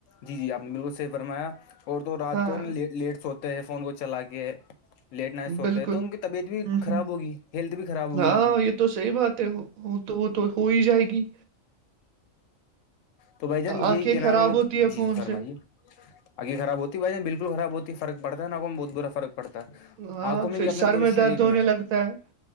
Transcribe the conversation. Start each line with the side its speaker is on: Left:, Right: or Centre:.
Left: جی جی آپ نے بالکل صحیح فرمایا اور تو رات
Right: ہاں
Left: کو ہے نا لیٹ سوتے ہیں فون کو چلا کے لیٹ نائٹس ہوتے
Right: بالکل
Left: ہیں تو ان کی طبیعت بھی
Right: ہوں
Left: خراب
Right: ہوں
Left: ہوگی ہیلتھ بھی خراب ہوگی
Right: ہاں
Left: ان کی
Right: یہ تو صحی بات ہے وہ تو وہ تو ہو ہی جائے گی
Left: تو بھائی جان
Right: آنکھیں
Left: یہی کناروں
Right: خراب
Left: میں
Right: ہوتی ہے
Left: جی
Right: فون
Left: فرمائیے
Right: سے
Left: آگ خراب ہوتی ہے بائی ج بالکل خراب ہوتی فرق پڑتا نا بہت بر فرق پڑتا ہے
Right: ہاں
Left: آنکھوں میں
Right: پھر
Left: کیا اپنے
Right: سر
Left: پورے شریر
Right: درد ہونے
Left: میں
Right: لگتا ہے